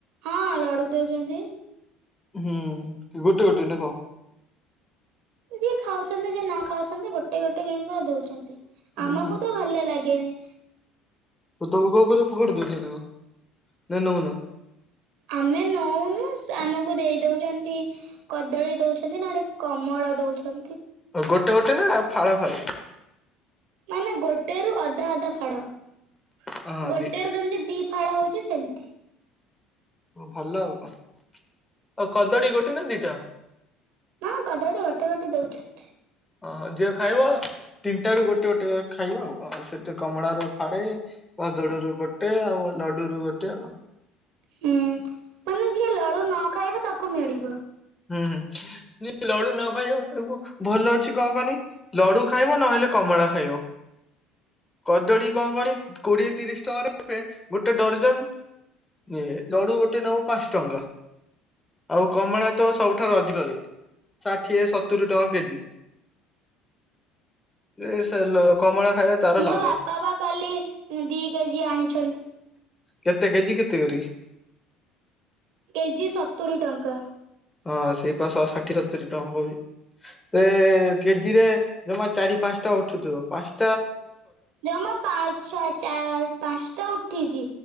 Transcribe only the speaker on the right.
ହଁ ଲଡୁ ଦଉଚନ୍ତି।
ଯିଏ ଖାଉଚନ୍ତି ଯିଏ ନ ଖାଉଚନ୍ତି ଗୋଟେ ଗୋଟେ କେମ୍ ଦଉଚନ୍ତି। ଆମକୁ
ତ ଭଲ ଲାଗେନି।
ଆମେ ନଉନୁ ଆମକୁ ଦେଇ ଦଉଚନ୍ତି କଦଳୀ ଦଉଚନ୍ତି ନହେଡେ କମଳା ଦଉଚ
ମାନେ ଗୋଟେ ରୁ ଅଧ ଅଧା ଅଧା ଫାଡ଼
ଗୋଟେ
ରୁ ଯେମିତି ଦି ଫାଳ ହଉଚି ସେମିତି।
ନା କଦଳୀ ଗୋଟେ ଗୋଟେ ଦଉଚନ୍ତି।
ହୁଁ ମାନେ ଯିଏ ଲଡୁ ନ ଖାଇବ ତାକୁ ମିଳିବ।
ମୋ
ବାପା ପା କାଲି ଦିଇ କେଜି ଆଣିଛ।
କେଜି ସତୁରି ଟଙ୍କା।
ଜମା ପାଞ୍ଚ ଛଅ ଚାର ପାଞ୍ଚ ଟା ଉଠିଛି